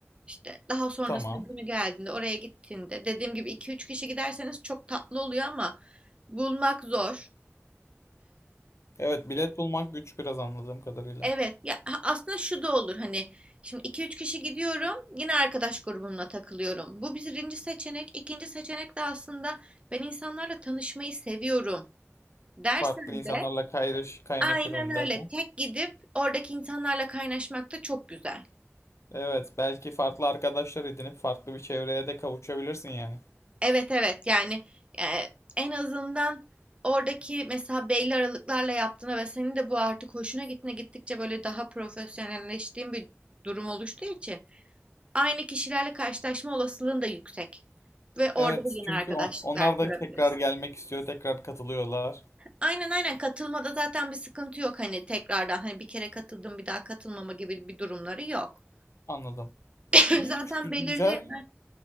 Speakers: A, on the right; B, on the left.
A: İşte daha sonrasında
B: Tamam.
A: günü geldiğinde oraya gittiğinde dediğim gibi iki üç kişi giderseniz çok tatlı oluyor ama bulmak zor.
B: Evet bilet bulmak güç biraz anladığım kadarıyla.
A: Evet ya ha- aslında şu da olur hani şimdi iki üç kişi gidiyorum yine arkadaş grubumla takılıyorum. Bu birinci seçenek. İkinci seçenek de aslında ben insanlarla tanışmayı seviyorum dersen
B: Farklı insanlarla
A: de
B: kaynaş, kaynaşırım
A: aynen
B: dersen.
A: öyle tek gidip oradaki insanlarla kaynaşmak da çok güzel.
B: Evet belki farklı arkadaşlar edinip farklı bir çevreye de kavuşabilirsin yani.
A: Evet evet yani e, en azından oradaki mesela belli aralıklarla yaptığına ve senin de bu artık hoşuna gittiğine gittikçe böyle daha profesyonelleştiğin bir durum oluştuğu için. aynı kişilerle karşılaşma olasılığın da yüksek. Ve orada
B: Evet
A: da yine
B: çünkü
A: arkadaşlıklar
B: on- onlar
A: kurabilirsin.
B: da tekrar gelmek istiyor tekrar katılıyorlar.
A: Aynen aynen katılmada zaten bir sıkıntı yok hani tekrardan hani bir kere katıldım bir daha katılmama gibi bir durumları yok.
B: Anladım.
A: <clears throat> <laughs>
B: İyiymiş
A: Zaten
B: gü-
A: belirli
B: güzel.